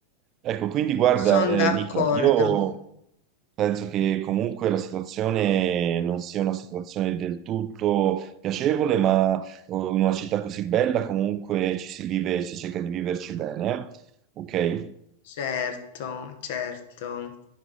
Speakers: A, on the right; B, on the left.
A: Ecco, quindi guarda,
B: sono
A: eh,
B: d'accordo,
A: Nicola, io penso che comunque la situazione non sia una situazione del tutto piacevole, ma oh, in una città così bella comunque ci si vive, si cerca di viverci bene, eh. ok?
B: certo, certo.